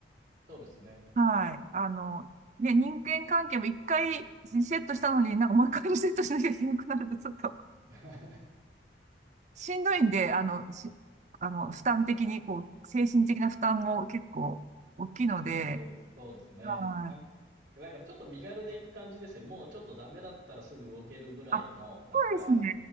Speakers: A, on the right; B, on the right.
A: そうですね。
B: はい。あの、ね、人間関係も一回リセットしたのになんかもう一回リセットしなきゃいけなくなるとちょっと
A: <laughs>
B: しんどいんで、あの、し、あの、負担的に、こう、精神的な負担も結構大きいので、
A: そうです、そうですね。
B: はい。
A: なんか、だからちょっと身軽で行く感じですよね。もうちょっとダメだったらすぐ動けるぐらいの、
B: あ、そ
A: なんか、
B: うですね。